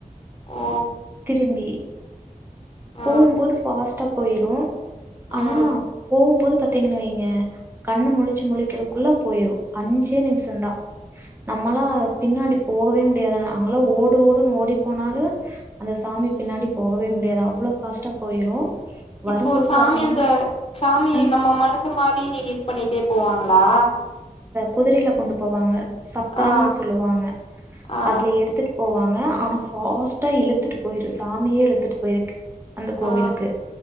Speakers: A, on the left; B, on the right.
A: ஓ
B: திரும்பி
A: ஆ
B: போம்போது ஃபாஸ்டா போயிரு ஆனா
A: ஆ ம்
B: போம்போது பாத்தீங்கனு வைங்க கண்ணு முழிச்சு முழிக்கிறதுக்குள்ள போயிரு அஞ்சே நிமிஷோ தா நம்மளா பின்னாடி போகவே முடியாது அங்கல்லா ஓடு ஓடுன்னு ஓடி போனாலு அந்த சாமி பின்னாடி போகவே முடியாது அவ்ளோ ஃபாஸ்ட்டா போயிரு
A: இப்போ
B: வரும்போது
A: சாமி
B: பாத்தீங்கன்னா
A: அந்த சாமி
B: ம்
A: நம்ம மனுஷே மாரி பண்ணிட்டே போவாங்களா
B: குதிரைல கொண்டு போவாங்க சப்பரம்னு
A: ஆ
B: சொல்லுவாங்க
A: ஆ
B: அதுல எடுத்துட்டு போவாங்க ஆனா ஃபாஸ்ட்டா இழுத்துட்டு போயிரு சாமியே இழுத்துட்டு போயிருக்கு அந்த கோவிலுக்கு
A: ஆ